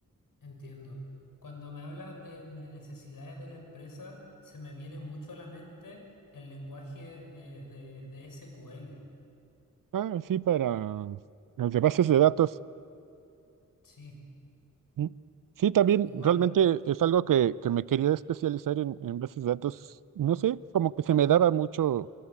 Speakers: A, on the left; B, on the right.
A: entiendo. Cuando me hablas de, de necesidades de la empresa, se me viene mucho a la mente el lenguaje de, de, de SQL.
B: Ah, sí, para las de bases de datos.
A: Sí,
B: Mm. Sí, también
A: igual,
B: realmente es algo que, que me quería especializar en, en bases de datos. No sé, como que se me daba mucho